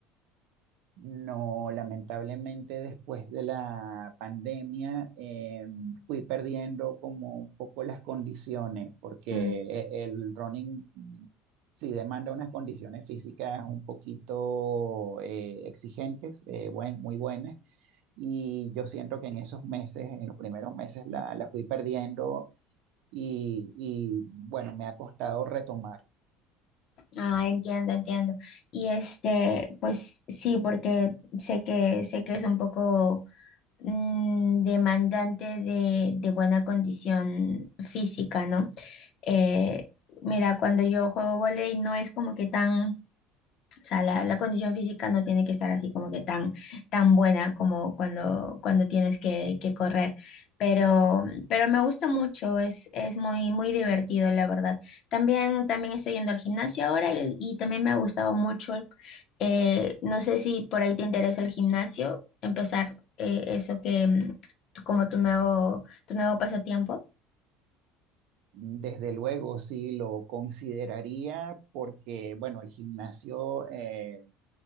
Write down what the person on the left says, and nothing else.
Mm,
Ah, entiendo, entiendo. Y este, pues sí, porque sé que sé que es un poco mm, demandante de, de buena condición física, ¿no? Eh, mira, cuando yo juego vóley no es como que tan o sea, la, la condición física no tiene que estar así como que tan, tan buena como cuando, cuando tienes que, que correr. Pero, pero me gusta mucho, es, es muy, muy divertido, la verdad. También, también estoy yendo al gimnasio ahora y, y también me ha gustado mucho. eh, no sé si por ahí te interesa el gimnasio, empezar eh, eso que mm, como tu nuevo, tu nuevo pasatiempo.